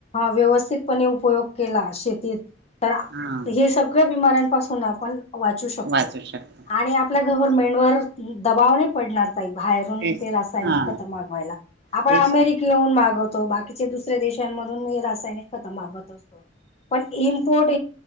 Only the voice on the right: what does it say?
हा
वाचू शकतो
तेच
हा
तेच